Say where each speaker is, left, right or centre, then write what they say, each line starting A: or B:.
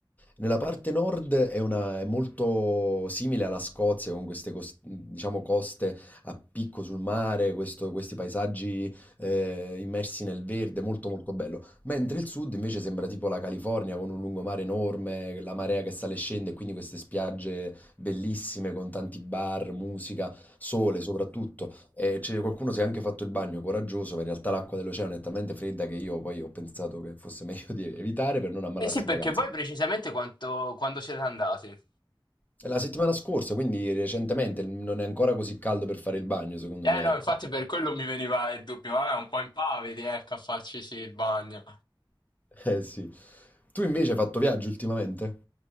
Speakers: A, on the left; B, on the left.
A: nella parte nord è, una- è molto simile alla Scozia, con queste cos- diciamo, coste a picco sul mare, questo- questi paesaggi eh, immersi nel verde, molto molto bello. Mentre il sud invece sembra tipo la California con un lungomare enorme, la marea che sale e scende, e quindi queste spiagge bellissime con tanti bar, musica, sole soprattutto. E c'è qualcuno si è anche fatto il bagno coraggioso, ma in realtà l'acqua dell'oceano è talmente fredda che io poi ho pensato che fosse meglio di evitare per non ammalarsi
B: Eh sì, perché
A: in vacanza.
B: voi precisamente quanto, quando siete andati?
A: È la settimana scorsa, quindi recentemente, non è ancora così caldo per fare il bagno, secondo
B: Eh
A: me,
B: no,
A: ecco.
B: infatti per quello mi veniva il dubbio, eh, un po' impavidi, ecco, a farci sì il bagno.
A: <laughs> Eh sì. Tu invece hai fatto viaggio ultimamente?